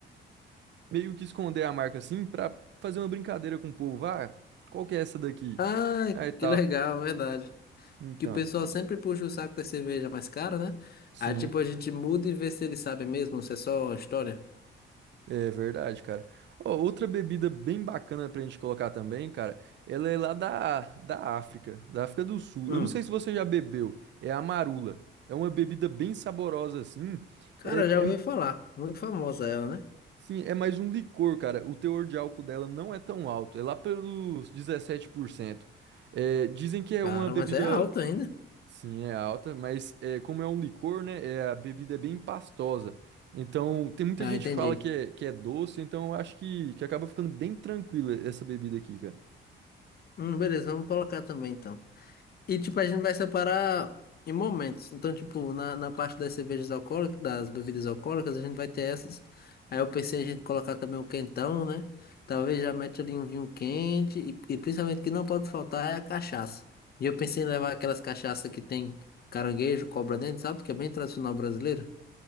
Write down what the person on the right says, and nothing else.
meio que esconder a marca assim pra fazer uma brincadeira com o povo. Ah, qual que é essa daqui?
Aí tal.
Então,
sim.
É verdade, cara. Ó, outra bebida bem bacana pra gente colocar também, cara, ela é lá da, da África, da África do Sul.
Eu não sei se você já bebeu, é a marula. É uma bebida bem saborosa assim.
É, é,
sim, é mais um licor, cara. O teor de álcool dela não é tão alto, é lá pelos 17%. É, dizem que é
uma bebida
Sim, é alta, mas é, como é um licor, né? É, a bebida é bem pastosa. Então, tem muita
gente
que fala que é, que é doce, então eu acho que, que acaba ficando bem tranquila essa bebida aqui, cara.